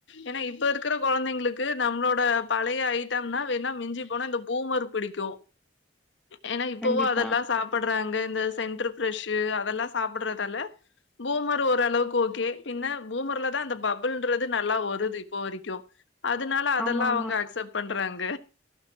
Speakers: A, on the left; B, in the centre.
A: ஏனா இப்ப இருக்ற கொழந்தைங்களுக் கு நம்ளோட பழைய ஐட்டம்னா வேனா மிஞ்சி போன இந்த பூமர் பிடிக்கு ஏனா இப்பவு
B: கண்டிப்பா
A: அததா சாப்பட்றாங்க இந்த சென்ட்ரு பிரரெஷு அதெல்லா சாப்பட்றதுல பூமரு ஓரளவுக்கு ஓகே பின்ன பூமர்லதா அந்த பபுள்ன்றது நல்லா வருது இப்ப வரைக்கு அதனால அதெல்லா
B: ஆமா ஆமா
A: அவங்க அக்செப்ட் பண்றாங்க